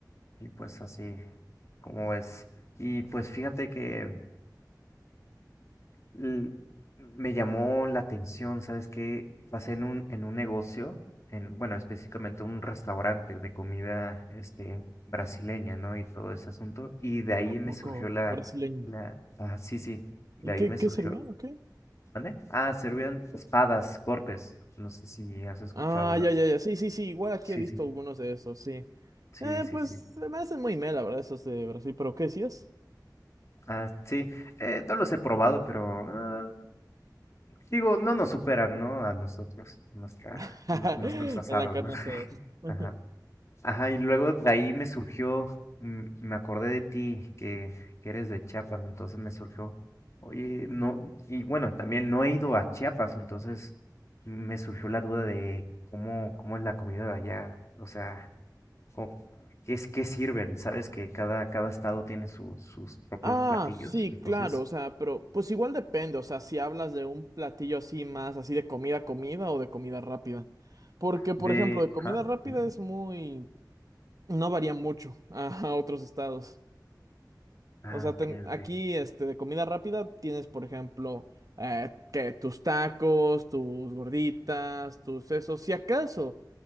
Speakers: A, on the left; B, on the right.
A: y pues así, Cómo es? Y pues fíjate que l- me llamó la atención, ¿sabes qué? Pasé en un, en un negocio, en, bueno, específicamente un restaurante de comida, este, brasileña, ¿no? Y todo ese asunto. Y de ahí
B: ¿A poco
A: me surgió la,
B: brasileño?
A: la, ah, sí, sí, de
B: ¿Y
A: ahí
B: qué,
A: me surgió,
B: qué servían o qué?
A: ¿dónde? Ah, servían espadas, cortes. No sé si has escuchado
B: Ah,
A: las.
B: ya, ya, ya. Sí, sí, sí. Igual aquí
A: Sí,
B: he visto
A: sí,
B: algunos de esos, sí.
A: sí,
B: Eh,
A: sí,
B: pues
A: sí.
B: se me hacen muy mela, ¿verdad? Esos de Brasil, pero ¿qué decías?
A: Ah, sí, eh, no los he probado, pero ah, Digo, no nos superan, ¿no? A nosotros, nuestra,
B: <laughs>
A: nu- nuestros asados,
B: En la carne
A: ¿no? <laughs>
B: asada. <laughs>
A: Ajá. Ajá, y luego de ahí me surgió, mm, me acordé de ti, que, que eres de Chiapas, entonces me surgió, oye, no, y bueno, también no he ido a Chiapas, entonces me surgió la duda de cómo, cómo es la comida de allá, o sea, cómo- qué es, qué sirven, sabes que cada, cada estado tiene su- sus propios
B: Ah,
A: platillos,
B: sí,
A: entonces,
B: claro, o sea, pero pues igual depende, o sea, si hablas de un platillo así más, así de comida, comida o de comida rápida. Porque,
A: de,
B: por ejemplo, de comida
A: ajá,
B: rápida
A: dime.
B: es muy, no varía mucho a, <laughs> a otros estados.
A: Ah,
B: O sea,
A: ok,
B: ten-
A: ok.
B: aquí, este, de comida rápida tienes, por ejemplo, eh, que tus tacos, tus gorditas, tus esos, si acaso,